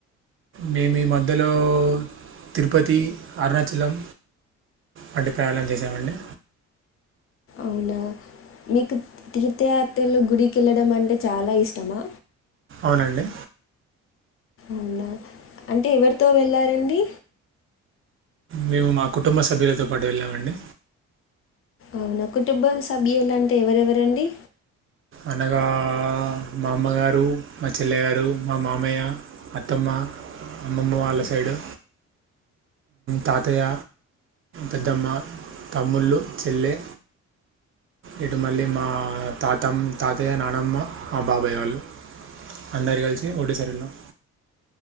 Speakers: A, on the right; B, on the left.
A: మేమీ ఈ మధ్యలో తిరుపతి అర్ ణాచలం వటి కాలం జేసామండి
B: ఔనా మీకు తీద్దయాత్రలు గుడికెళ్లడం అంటే చాలా ఇష్టమా
A: ఔనండి
B: ఔనా అంటే ఎవర్ తో వెళ్ళారండి
A: మేము మా కుటుంబ సభ్యులతో పాటు వెళ్ళామండి
B: ఔనా కుటుబ సభ్యులంటే ఎవరెవరండి
A: అనగా ఆ మా అమ్మగారు మా చెల్లె గారు మా మామయ్య అత్తమ్మ మ్మమ్మ వాళ్ళ సైడు తాతయ్య పెద్దమ్మ తమ్ముళ్ళు చెల్లె ఇటు మళ్ళీ మా తాతమ్ తాతయ్య నానమ్మ మా బాబాయ్ వాళ్ళు అందర్ కలిశి ఒకటేసారి ఎల్ నమ్